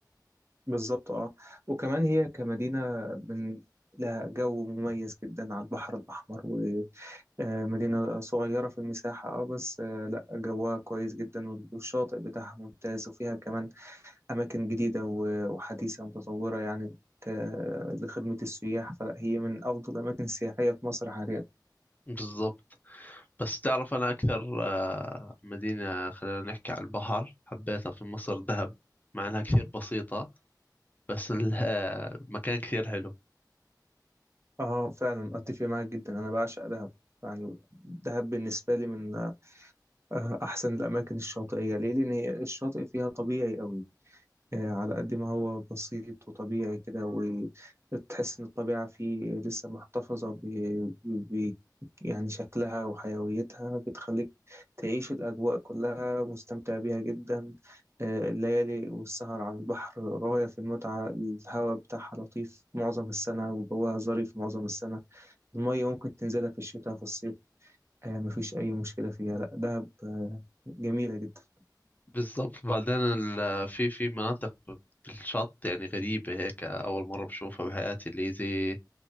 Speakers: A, on the right; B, on the left.
A: بالظبط اه وكمان هي كمدينة من لها جو مميز جدا على البحر الأحمر ومدينة صغيرة في المساحة اه بس آه لا جوها كويس جدا والشاطئ بتاعها ممتاز وفيها كمان أماكن جديدة و- وحديثة ومتطورة يعني ك- لخدمة السياح فلا هي من أفضل الأماكن السياحية في مصر حاليا
B: بالضبط بس تعرف أنا أكثر آه، مدينة خلينا نحكي على البحر حبيتها في مصر دهب مع أنها كثير بسيطة بس ال- <laughs> آه، مكان كثير حلو
A: اه فعلا اتفق معاك جدا انا بعشق دهب يعني دهب بالنسبه لي من آه، احسن الاماكن الشاطئيه ليه لان هي الشاطئ فيها طبيعي قوي آه، على قد ما هو بسيط وطبيعي كده وتحس ان الطبيعه فيه لسه محتفظه ب... ب... يعني شكلها وحيويتها بتخليك تعيش الاجواء كلها مستمتع بيها جدا آه، الليالي والسهر على البحر غايه في المتعه الهواء بتاعها لطيف معظم السنه وجوها ظريف معظم السنه المية ممكن تنزلها في الشتاء في الصيف آه مفيش أي مشكلة فيها لأ دهب آه جميلة جدا
B: بالظبط بعدين ال- في في مناطق ب- بالشط يعني غريبة هيك أول مرة بشوفها بحياتي اللي زي